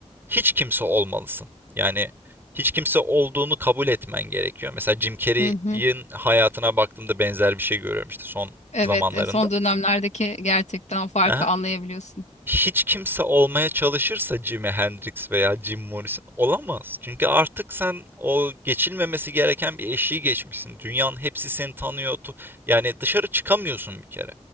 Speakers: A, on the right; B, on the left.
A: hiç kimse olmalısın. Yani hiç kimse olduğunu kabul etmen gerekiyor. Mesela Jim Carrey'in
B: Hı hı.
A: hayatına baktığımda benzer bir şey görüyorum işte son
B: Evet,
A: zamanlarında.
B: e, son dönemlerdeki gerçekten o farkı
A: <laughs>
B: anlayabiliyorsun.
A: hiç kimse olmaya çalışırsa Jimi Hendrix veya Jim Morrison olamaz. Çünkü artık sen o geçilmemesi gereken bir eşiği geçmişsin. Dünyanın hepsi seni tanıyor. Tu- Yani dışarı çıkamıyorsun bir kere.